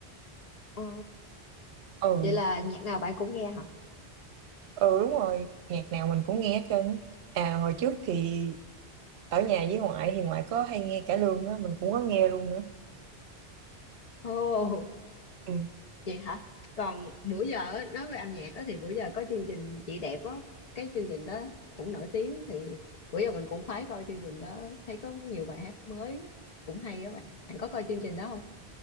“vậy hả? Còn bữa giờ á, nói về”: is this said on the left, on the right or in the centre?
Left